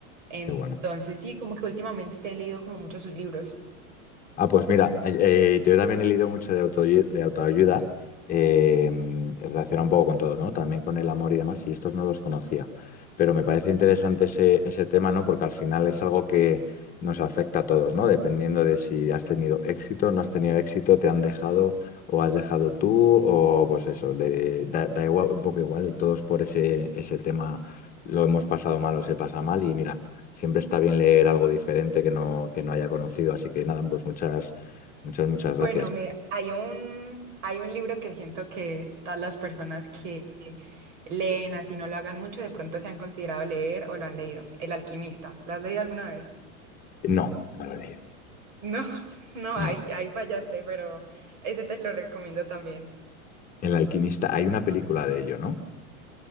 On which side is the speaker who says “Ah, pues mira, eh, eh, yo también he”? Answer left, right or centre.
Left